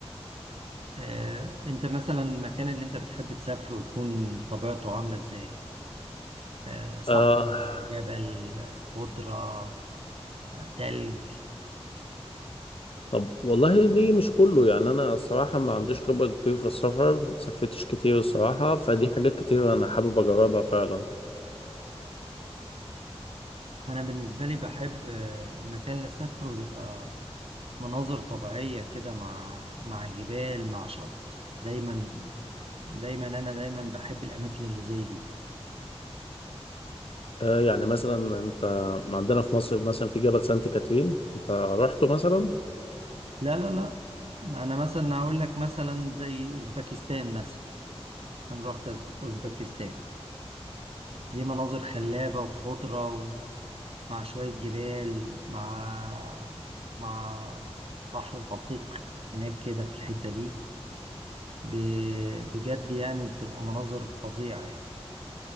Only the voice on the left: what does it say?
آه
طب والله ليه مش كله يعني انا الصراحه ما عنديش خبره كبيره في السفر ما سافرتش كتير الصراحه فدي حاجات كتير انا حابب اجربها فعلا
آه يعني مثلا انت عندنا في مصر مثلا في جبل سانت كاترين انت رحته مثلا